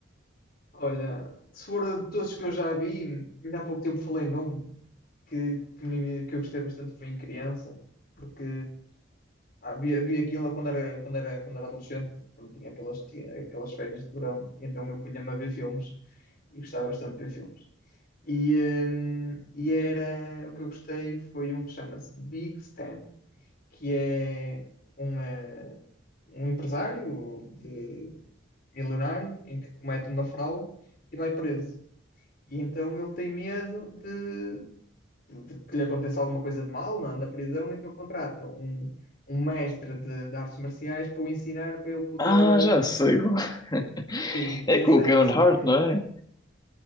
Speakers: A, on the left (about 55°); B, on the left (about 20°).
A: Olha, se for de todos que eu já vi, ainda há pouco tempo falei num. que, que, me- que eu gostei bastante foi em criança, porque havia, havia aquilo quando era, quando era, quando era adolescente, quando tinha aquelas, tinha aquelas férias de verão, e então eu punha-me a ver filmes e gostava bastante de ver filmes. E, hum, e era o que eu gostei foi um que chama-se Big Stan, que é um, eh, um empresário de milionário em que comete uma fraude e vai preso. E então ele tem medo de, de que lhe aconteça alguma coisa de mal na, na prisão, então contrata um, um mestre de, de artes marciais para o ensinar, para ele poder.
B: Ah,
A: hum,
B: já sei. qual- <laughs>
A: E
B: É
A: esse
B: com o
A: aí
B: Kevin
A: é incrível.
B: Hart, não é?